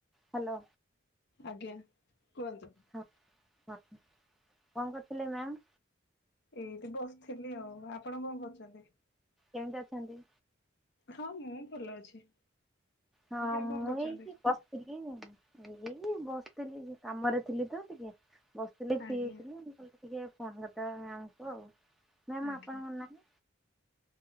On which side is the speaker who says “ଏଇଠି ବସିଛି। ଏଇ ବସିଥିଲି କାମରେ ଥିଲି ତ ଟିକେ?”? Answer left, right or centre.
Centre